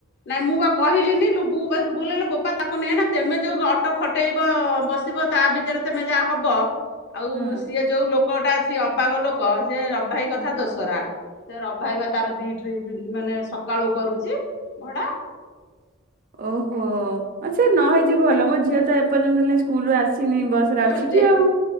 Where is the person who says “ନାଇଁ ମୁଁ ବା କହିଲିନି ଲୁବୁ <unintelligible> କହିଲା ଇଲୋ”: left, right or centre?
Left